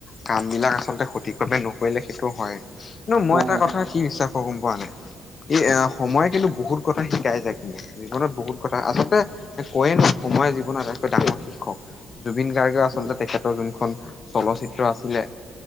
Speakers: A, on the left; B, on the right.
A: কাম বিলাক আচলতে সঠিকভাৱে নকৰিলে সেইটো হয়। কিন্তু মই
B: হয়
A: এটা
B: হয়
A: কথা কি বিশ্বাস কৰো গম পোৱা নাই। এই সময়ে কিন্তু বহুত কথা শিকাই যায় কিন্তু। জীৱনত বহুত কথা, আচলতে কয়ে নহ সময়ে জীৱন আটাইতকৈ ডাঙৰ শিক্ষক। জুবিন গাৰ্গেও
B: উম
A: যোনখন চলচিত্ৰ আছিলে,